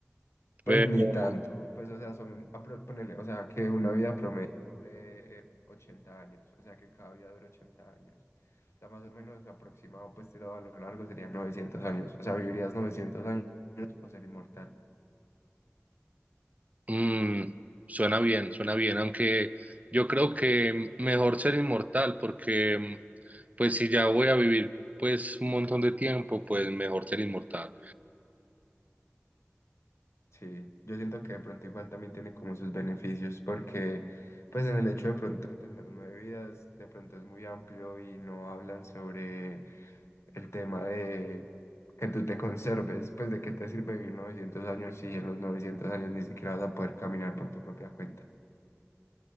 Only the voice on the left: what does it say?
Pues
ni tanto, pues, o sea, son, a pro- ponele, o sea, que una vida promedio dure eh, 80 años, o sea, que cada vida dure 80 años. O sea, más o menos aproximado, pues, tirado a lo largo serían 900 años, o sea, vivirías 900 años o ser inmortal.
Sí, yo siento que de pronto igual también tiene como sus beneficios, porque pues en el hecho de pronto de tener nueve vidas, de pronto es muy amplio y no hablan sobre el tema de que tú te conserves, pues de qué te sirve vivir 900 años si en los 900 años ni siquiera vas a poder caminar por tu propia cuenta.